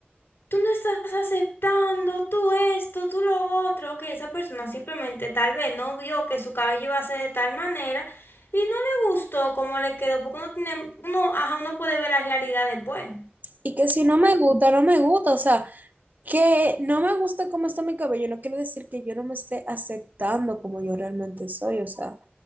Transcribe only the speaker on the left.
tú no estás aceptando, tú esto, tú lo otro, que esa persona simplemente tal vez no vio que su cabello iba a ser de tal manera y no le gustó cómo le quedó, porque uno tiene, uno, ajá, uno puede ver la realidad después.
Ujú.